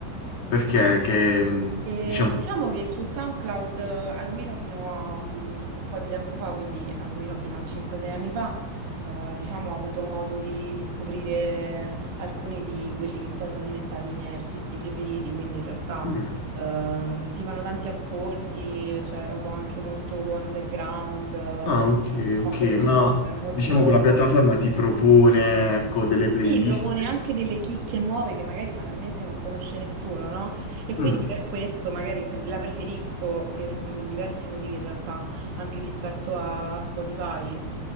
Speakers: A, on the left; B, on the right.
A: perché, che, mh,
B: E
A: diciamo,
B: diciamo che su SoundCloud, eh, almeno fino a mm, un po' di tempo fa, quindi almeno fino a 5-6 anni fa, eh, diciamo, ho avuto modo di, di scoprire alcuni di quelli che poi sono diventati i miei artisti preferiti, quindi in realtà
A: mm,
B: ehm, si fanno tanti ascolti, c'è roba anche molto underground, eh, un
A: ah, ok,
B: po'
A: ok,
B: come dire,
A: ma,
B: è molto...
A: diciamo che la piattaforma ti propone, ecco, delle playlist,
B: Sì, propone anche delle chicche nuove che magari banalmente non conosce nessuno, no? E quindi
A: Mm,
B: per questo magari pre- la preferisco per mh, diversi motivi in realtà, anche rispetto a Spotify.